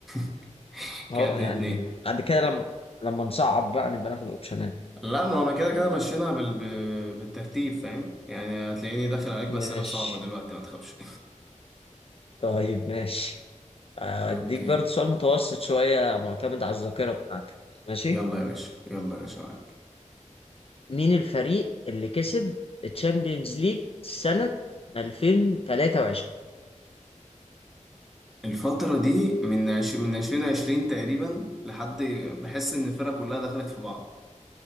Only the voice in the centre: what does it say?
<laughs>
كده اتنين
اتنين
لا ما انا كده كده مشينا بال... ب- بالترتيب فاهم يعني هتلاقيني داخل عليك بأسئلة
صعبة دلوقتي ما تخافش
<laughs> اوكي
يلا يا باشا يلا يا باشا معاك
الفترة دي من عش... من عشرين عشرين تقريبا لحد بحس ان الفرقة كلها دخلت في بعض